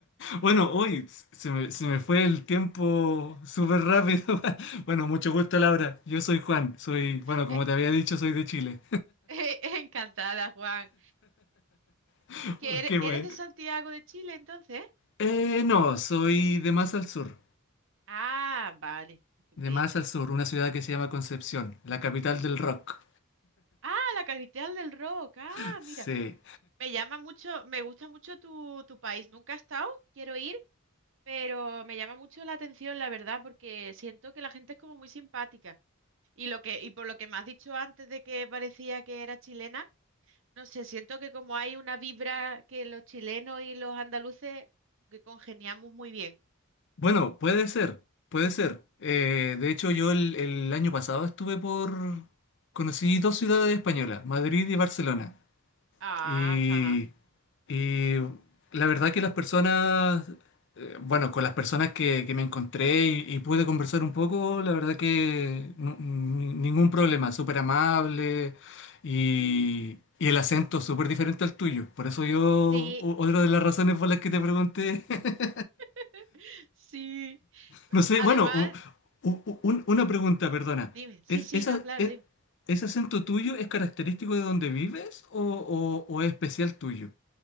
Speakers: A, on the left (about 60°); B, on the right (about 60°).
A: Bueno, hoy se me, se me fue el tiempo súper rápido. <laughs> Bueno, mucho gusto, Laura. Yo soy Juan. Soy, bueno, como
B: Eh,
A: te había dicho, soy de Chile.
B: eh, <laughs> encantada, Juan.
A: <laughs>
B: ¿Que eres,
A: Qué bueno.
B: eres de Santiago de Chile, entonces?
A: Eh, no, soy de más al sur.
B: Ah, vale, estupendo.
A: De más al sur, una ciudad que se llama Concepción, la capital del rock.
B: Ah, la capital del rock. Ah,
A: <laughs> Sí.
B: mira. Me llama mucho, me gusta mucho tu, tu país. Nunca he estado, quiero ir, pero me llama mucho la atención, la verdad, porque siento que la gente es como muy simpática. Y lo que, y por lo que me has dicho antes de que parecía que era chilena, no sé, siento que como hay una vibra que los chilenos y los andaluces que congeniamos muy bien.
A: Bueno, puede ser, puede ser. Eh, de hecho, yo el, el año pasado estuve por... Conocí dos ciudades españolas, Madrid y Barcelona.
B: Ajá.
A: Y, y la verdad que las personas, eh, bueno, con las personas que, que me encontré y, y pude conversar un poco, la verdad que nu- ni- ningún problema, súper amable y, y el acento súper diferente al tuyo. Por eso yo,
B: Sí,
A: o- otra de las razones por las que te pregunté. <laughs>
B: <laughs> sí.
A: No sé,
B: Además,
A: bueno, u- u- un- una pregunta, perdona.
B: dime, sí,
A: ¿Es,
B: sí,
A: esa,
B: no, claro,
A: e-
B: dime.
A: ¿Ese acento tuyo es característico de donde vives o, o- o es especial tuyo?